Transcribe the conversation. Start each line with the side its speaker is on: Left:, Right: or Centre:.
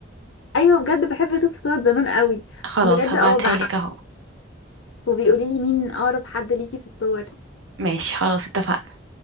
Left: ايوه بجد بحب اشوف صور زمان قوي
Right: خلاص
Left: بجد
Right: هبعتها
Left: اه بعد
Right: لك اهو
Left: وبيقولي لي مين اقرب حد ليكي في الصور
Right: ماشي خلاص اتفقنا